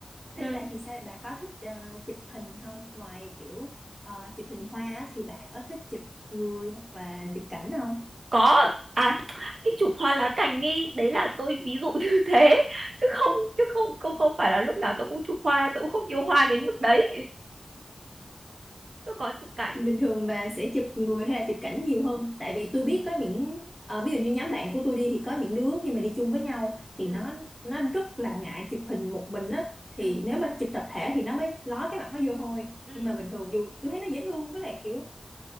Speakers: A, in the centre; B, on the right (about 60°).
A: Ê,
B: ừ.
A: bà thì sao bà có thích ờ, chụp hình không ngoài kiểu ờ, chụp hình hoa á, thì bà có thích chụp người hoặc là chụp cảnh không
B: có à cái chụp hoa lá cành ấy đấy là tôi ví dụ như <laughs> thế chứ không chứ không không không phải là lúc nào tôi cũng chụp hoa tôi cũng không yêu hoa đến mức đấy tôi có chụp cảnh
A: bình thường bà sẽ chụp người hay là chụp cảnh nhiều hơn tại vì
B: ừ
A: tôi biết có những ờ, ví dụ như nhóm bạn của tôi đi thì có những đứa khi mà đi chung với nhau thì
B: ừ
A: nó nó rất là ngại chụp hình một mình á thì
B: ừ
A: nếu mà chụp tập thể thì nó mới ló cái mặt nó vô thôi
B: ừ,
A: nhưng mà bình thường dù tôi thấy nó dễ thương với lại kiểu